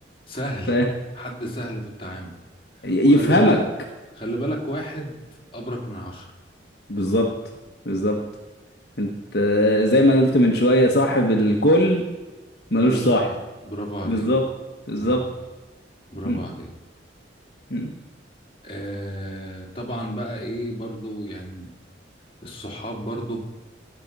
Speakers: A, on the left (about 30°); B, on the left (about 60°).
A: سهل
B: ف-
A: حد سهل في التعامل
B: يفهمك
A: وخلي بالك خلي بالك واحد أبرك من عشرة
B: بالظبط بالظبط انت زي ما قلت من شوية صاحب الكل ملوش
A: ملوش
B: صاحب
A: سمع برافو
B: بالظبط
A: عليك
B: آه. بالظبط
A: برافو برافو
B: م-
A: عليك
B: م.
A: آه طبعا بقى إيه برضو يعني الصحاب برضو